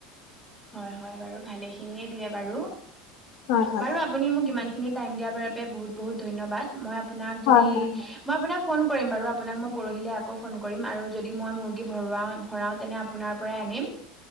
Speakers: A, in the centre; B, on the left.
A: হয় হয় বাৰু ভালে খিনিয়ে দিয়ে বাৰু,
B: হয় হয়,
A: বাৰু আ পুনি মোক ইমানখিনি টাইম দিয়াৰ বাবে বহুত বহুত ধন্যবাদ। মই আপোনাক যদি
B: হয় হয়,
A: মই আপোনাক ফোন কৰিম বাৰু। আপোনাক মই পৰহিলৈ আকৌ ফোন কৰিম আৰু যদি মই মুৰ্গী ভৰুৱাম ভৰাওঁ তেনে আপোনাৰ পৰাই আনিম।